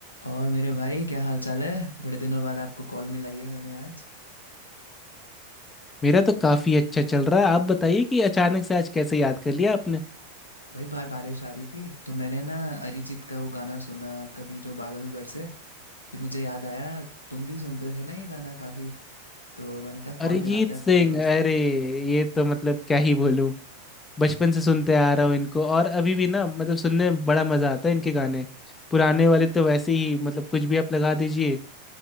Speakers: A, on the left (about 80°); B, on the left (about 15°).
A: और मेरे भाई क्या हाल चाल है बड़े दिनों बाद आपको कॉल मिलाई है मैंने आज
B: मेरा तो काफी अच्छा चल रहा है आप बताइए कि अचानक से आज कैसे याद कर लिया आपने
A: भाई बाहर बारिश आ रही थी तो मैंने ना अरिजीत का वो गाना सुना कभी जो बादल बरसे फिर मुझे याद आया तुम भी सुनते थे ना ये गाना काफ़ी तो मैंने कहा
B: अरिजीत
A: कॉल मिलाते हैं
B: सिंह
A: अपने दोस्त
B: अरे
A: का
B: ये तो मतलब क्या ही बोलूं बचपन से सुनते आ रहा हूँ इनको और अभी भी ना मतलब सुनने में बड़ा मजा आता है इनके गाने पुराने वाले तो वैसे ही मतलब कुछ भी आप लगा दीजिए